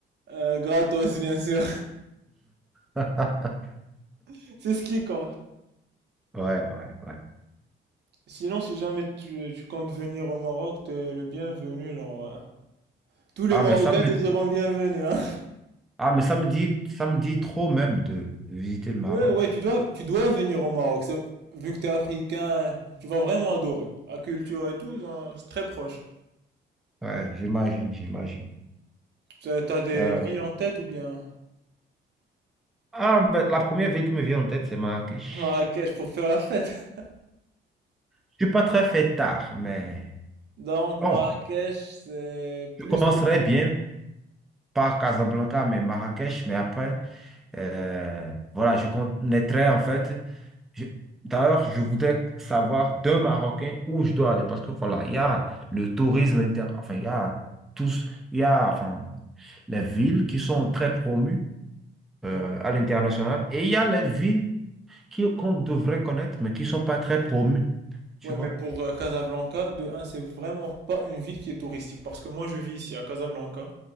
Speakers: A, on the right; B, in the centre.
A: Euh, gratos, bien sûr.
B: Ouais,
A: <laughs> C'est ce qui compte.
B: ouais, ouais.
A: Sinon, si jamais tu, tu comptes venir au Maroc, t'es le bienvenu, genre. euh, Tous les
B: Ah,
A: Marocains
B: mais ça me,
A: te diront bienvenue, hein.
B: ah, mais ça me dit, ça me dit trop même de, de visiter le Maroc.
A: Ouais, ouais, tu dois, tu dois venir au Maroc. c'est- Vu que t'es africain, tu vas vraiment adorer. La culture et tout, hein, c'est très proche.
B: Ouais, j'imagine, j'imagine.
A: T'as t'as des
B: Euh,
A: villes en tête ou bien
B: ah, ben, la première ville qui me vient en tête, c'est Marrakech.
A: Marrakech pour faire la fête. <laughs>
B: Je suis pas très fait tard, mais
A: Donc
B: bon,
A: Marrakech, c'est
B: je
A: plus
B: commencerai
A: pour...
B: bien par Casablanca, mais Marrakech, mais après, euh, voilà, je connaîtrai en fait. je- D'ailleurs, je voudrais savoir d'un Marocain où je dois aller parce que voilà, il y a le tourisme inter, enfin, il y a tous, il y a, enfin. les villes qui sont très promues euh,
A: Ouais.
B: à l'international. Et il y a les villes qui, qu'on devrait connaître, mais qui ne sont pas très promues. Tu
A: Ouais,
B: vois?
A: mais pour euh, Casablanca, de un, c'est vraiment pas une ville qui est touristique. Parce que moi, je vis ici à Casablanca.